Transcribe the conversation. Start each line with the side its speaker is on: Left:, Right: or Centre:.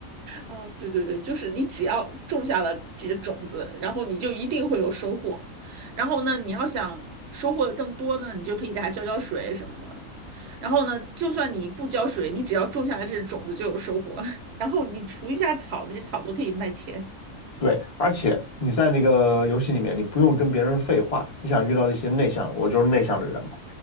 Right: 哦，对对对，就是你只要种下了这个种子，然后你就一定会有收获。然后呢，你要想收获的更多呢，你就可以给它浇浇水什么的。然后呢，就算你不浇水，你只要种下了这个种子就有收获。<laughs> 然后你除一下草，那些草都可以卖钱。
Left: 对，而且你在那个游戏里面，你不用跟别人废话。你想遇到一些内向，我就是内向的人嘛，